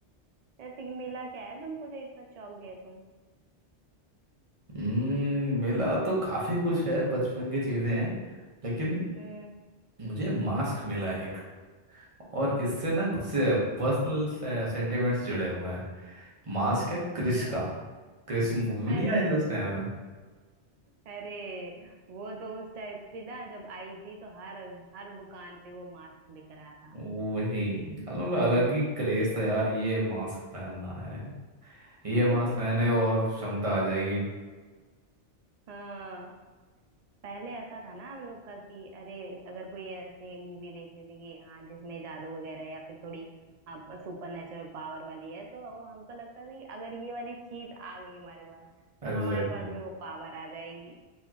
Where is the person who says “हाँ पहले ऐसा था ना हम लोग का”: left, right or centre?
Right